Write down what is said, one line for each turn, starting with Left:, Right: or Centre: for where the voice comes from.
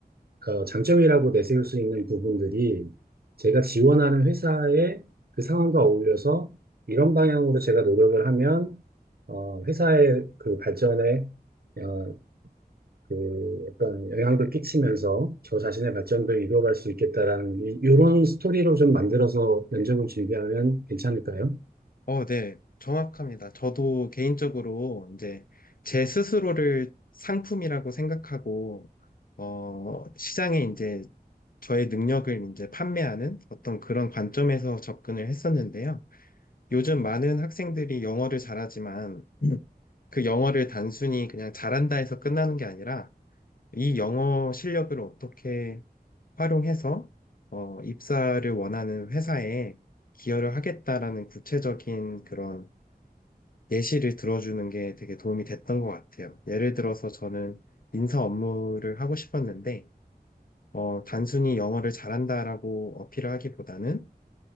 Right: 어, 장점이라고 내세울 수 있는 부분들이 제가 지원하는 회사의 그 상황과 어울려서 이런 방향으로 제가 노력을 하면 어, 회사의 그 발전에 어, 그 어떤 영향도 끼치면서 저 자신의 발전도 이루어갈 수 있겠다라는 이- 이런 스토리로 좀 만들어서 면접을 준비하면 괜찮을까요?
Left: 어, 네, 정확합니다. 저도 개인적으로 이제 제 스스로를 상품이라고 생각하고, 어, 시장에 이제 저의 능력을 이제 판매하는 어떤 그런 관점에서 접근을 했었는데요. 요즘 많은 학생들이 영어를 잘하지만 그 영어를 단순히 그냥 잘한다 해서 끝나는 게 아니라 이 영어 실력을 어떻게 활용해서 어, 입사를 원하는 회사에 기여를 하겠다라는 구체적인 그런 예시를 들어주는 게 되게 도움이 됐던 것 같아요. 예를 들어서 저는 인사 업무를 하고 싶었는데, 어, 단순히 영어를 잘한다라고 어필을 하기보다는,